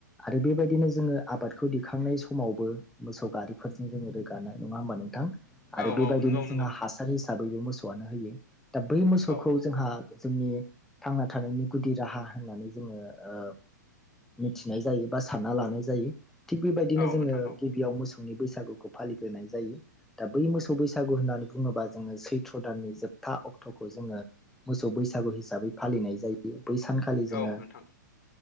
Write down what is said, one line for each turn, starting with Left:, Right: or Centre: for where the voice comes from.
Centre: आरो बेबायदिनो जोङो आबादखौ दिखांनाय स समावबो मोसौ गारिफोरजों जों रोगानाय नङा होमबा नोंथां?
Left: औ
Centre: आरो बेबायदिनो
Left: नंगौ नंगौ
Centre: जोंहा
Left: नोंथां
Centre: हासार हिसाबैबो मोसौआनो होयो दा बै मोसौखौ
Left: औ
Centre: जोंहा जोंनि थांना थानायनि गुदि राहा होननानै जोङो ओ मिथिनाय जायो बा सानना लानाय जायो। थिग बेबायदिनो
Left: औ
Centre: जोङो
Left: नोंथां औ
Centre: गिबियाव मोसौनि बैसागुखौ फालिग्रोनाय जायो। दा बै मोसौ बैसागु होननानै बुङोबा जोङो सैथ्र' दाननि जोबथा अक्ट' खौ जोङो मोसौ बैसागु हिसाबै फालिनाय जायो बै सानखालि जोङो
Left: औ नोंथां